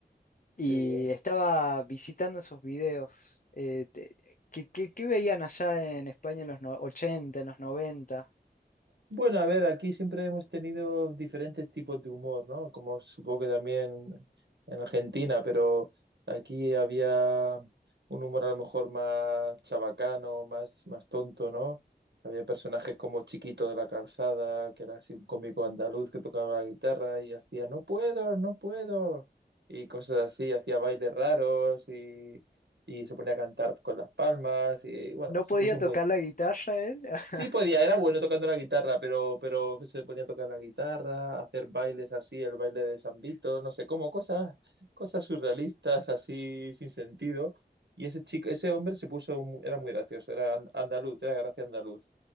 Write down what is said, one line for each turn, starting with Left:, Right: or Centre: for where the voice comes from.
Left: y
Right: qué bien.
Left: estaba visitando esos videos. eh, te- ¿qué, qué- qué veían allá en España en los no- 80, en los noventa
Right: Bueno, a ver, aquí siempre hemos tenido diferentes tipos de humor, ¿no? Como supongo que también en Argentina, pero aquí había un humor a lo mejor más chabacano, más, más tonto, ¿no? Había personajes como Chiquito de la Calzada, que era así un cómico andaluz que tocaba la guitarra y hacía no puedo, no puedo, y cosas así, hacía bailes raros y, y se ponía a cantar con las palmas y bueno,
Left: ¿No
Right: se
Left: podía
Right: puso muy
Left: tocar la guitarra él? <laughs>
Right: Sí podía, era bueno tocando la guitarra, pero, pero se ponía a tocar la guitarra, a hacer bailes así, el baile de San Vito, no sé cómo, cosas, cosas surrealistas, así sin sentido. Y ese chico, ese hombre se puso, mu- era muy gracioso, era an- andaluz, era gracia andaluz.